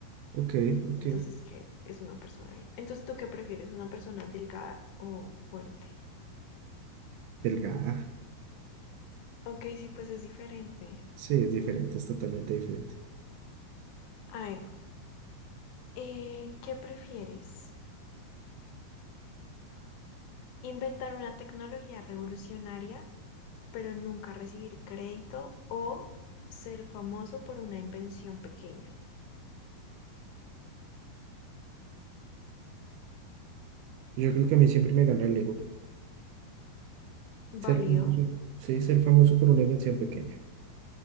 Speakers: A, on the right (about 80°); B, on the left (about 75°).
A: ok, ok.
B: Entonces, ¿qué es una persona bien? Entonces, ¿tú qué prefieres? ¿Una persona delgada o fuerte?
A: Delgada.
B: Ok, sí, pues es diferente.
A: Sí, es diferente, es totalmente diferente.
B: A ver, eh, ¿qué prefieres? ¿Inventar una tecnología revolucionaria, pero nunca recibir crédito o ser famoso por una invención pequeña?
A: Yo creo que a mí siempre me gana el ego. Ser
B: Válido,
A: famoso. Sí, ser famoso por una invención pequeña.